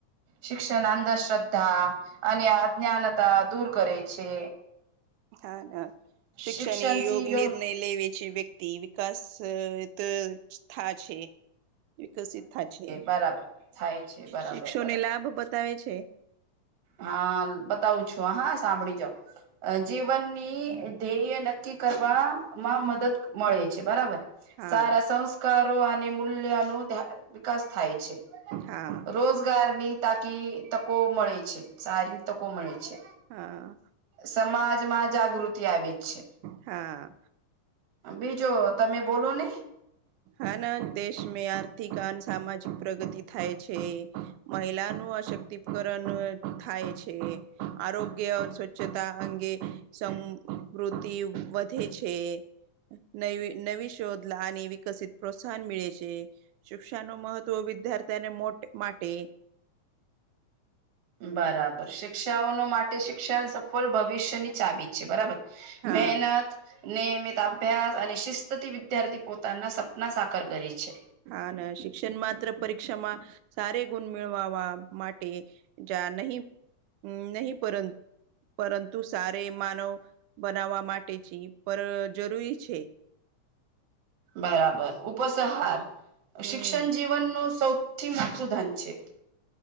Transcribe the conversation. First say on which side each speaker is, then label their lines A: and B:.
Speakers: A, on the right; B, on the right.
A: શિક્ષણ અંધશ્રદ્ધા. અને અજ્ઞાનતા દૂર કરે છે.
B: હા ના શિક્ષણ
A: શિક્ષણથી
B: યોગ
A: યો
B: નિર્ણય લેવે છે વ્યક્તિ તે વિકાસ તો થા છે. વિકસિત થાય છે
A: બરાબર થાય છે બરાબર
B: શિક્ષોને
A: બરાબર
B: લાભ બતાવે છે.
A: હા બતાવું છું હ હા સાંભળી જાવ. જીવનની ધ્યેય નક્કી કરવાવામાં મદદ મળે છે બરાબર.
B: હા
A: સારા સંસ્કારો અને મૂલ્ય ન વિકાસ થાય છે.
B: હા
A: રોજગારની તાકી તકો મળે છે સારી તકો મળે છે.
B: હા.
A: સમાજમાં જાગૃતિ આવે જ છે.
B: હા.
A: બીજો તમે બોલો ને.
B: હના દેશમાં આર્થિક અને સામાજિક પ્રગતિ થાય છે મહિલા અશક્તિકરણ થાય છે આરોગ્ય સ્વચ્છતા અંગે સમ વૃતિ વધે છે નૈવી નવી શોધ લાની વિ કસિત પ્રોત્સાહન મેળે છે શિક્ષાનુ મહત્વ વિદ્યાર્થીને માટે
A: બરાબર શિક્ષાઓ ન માટે શિક્ષણ સફળ ભવિષ્યની ચબી છે બરાબર.
B: હા
A: મહેનત નિયમિત અભ્યાસ અને શિસ્તથી વિદ્યાર્થી પોતાના સપના સાકાર કરી છે.
B: હા ના શિક્ષણ માત્ર પરીક્ષામાં સારે ગુણ મેળવાવા માટે જા નહી નહી પરંતુ પરંતુ સારે માનવ બનાવવા માટે છે પર જરૂરી છે
A: બરાબર ઉપસહાર
B: હમ
A: શિક્ષણ જીવનનું સૌથી મોટુ ધન છે.